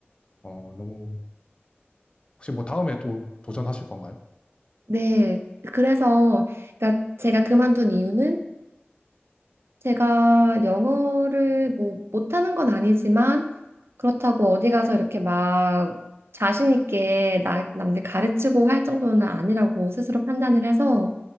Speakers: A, on the left (about 25°); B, on the right (about 70°).
A: 어, 너무, 혹시 뭐 다음에 또 도전하실 건가요?
B: 네. 그래서, 그러니까 제가 그만둔 이유는 제가 영어를 뭐 못하는 건 아니지만 그렇다고 어디 가서 이렇게 막 자신 있게 나, 남들 가르치고 할 정도는 아니라고 스스로 판단을 해서